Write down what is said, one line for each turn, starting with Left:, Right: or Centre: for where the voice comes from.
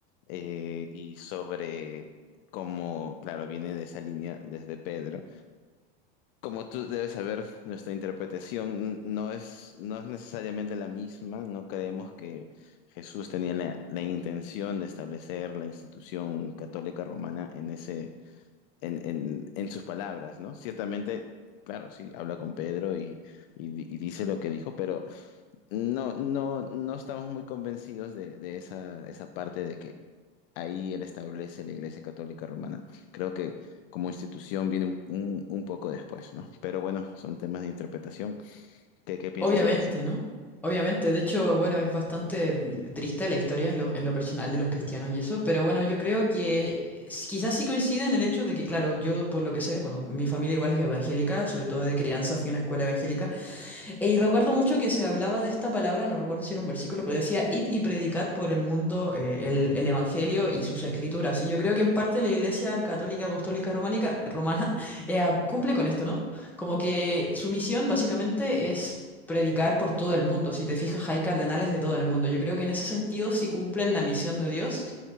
Left: eh, y sobre cómo, claro, viene de esa línea desde Pedro. Como tú debes saber, nuestra interpretación no es, no es necesariamente la misma, no creemos que Jesús tenía la, la intención de establecer la institución católica romana en, ese, en, en, en sus palabras, ¿no? Ciertamente, claro, sí, habla con Pedro y, y- di- y dice lo que dijo, pero no, no, no estamos muy convencidos de, de esa, esa parte de que ahí él establece la Iglesia Católica Romana. Creo que como institución viene un, un- un poco después, ¿no? Pero bueno, son temas de interpretación. ¿Qué, qué piensas
Centre: Obviamente,
Left: sobre eso?
Centre: ¿no? Obviamente, de hecho, bueno, es bastante triste la historia en lo, en lo personal de los cristianos y eso, pero bueno, yo creo que eh, s- quizás sí coincide en el hecho de que, claro, yo por lo que sé, bueno, mi familia igual es evangélica, sobre todo de crianza fui a una escuela evangélica, e- Y recuerdo mucho que se hablaba de esta palabra, no recuerdo si era un versículo, pero decía, id y predicad por el mundo eh, el, el Evangelio y sus escrituras. Y yo creo que en parte la Iglesia Católica Apostólica Románica, Romana <laughs> eh, ah, cumple con esto, ¿no? Como que su misión básicamente es predicar por todo el mundo. Si te fijas, hay cardenales de todo el mundo. Yo creo que en ese sentido sí cumplen la misión de Dios.